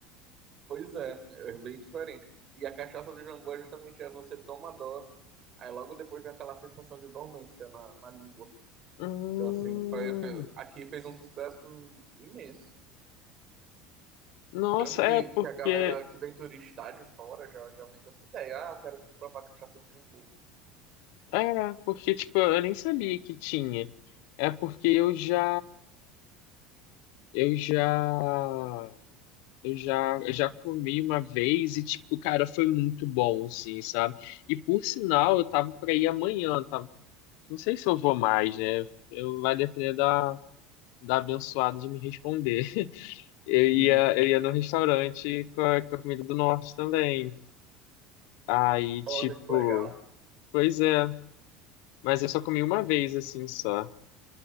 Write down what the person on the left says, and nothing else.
Hum,
nossa,
é porque.
É, porque, tipo, eu nem sabia que tinha. É porque eu já. Eu já, eu já, eu já comi uma vez e, tipo, cara, foi muito bom, assim, sabe? E por sinal, eu tava pra ir amanhã, tá? Não sei se eu vou mais, né? Eu vai depender da, da abençoada de me responder. <laughs> Eu ia,
eu ia no restaurante com a, com a comida do norte também. Aí,
tipo,
pois é, mas eu só comi uma vez, assim, só.